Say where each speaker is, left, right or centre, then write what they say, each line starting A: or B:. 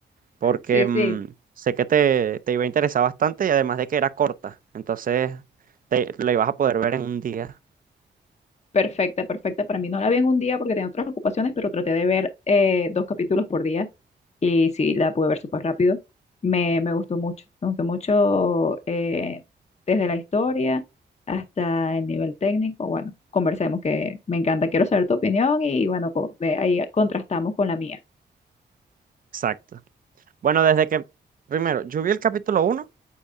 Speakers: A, on the right; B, on the left.
A: porque
B: Sí,
A: mm,
B: sí,
A: sé que te, te iba a interesar bastante y además de que era corta, entonces te, la ibas a poder ver en un día.
B: perfecta, perfecta. Para mí no la vi en un día porque tenía otras ocupaciones, pero traté de ver eh, dos capítulos por día y sí, la pude ver súper rápido. Me, me gustó mucho, me gustó mucho eh, desde la historia hasta el nivel técnico. Bueno, conversemos que me encanta, quiero saber tu opinión y bueno, co- ve- ahí contrastamos con la mía.
A: Exacto. Bueno, desde que, primero, yo vi el capítulo uno.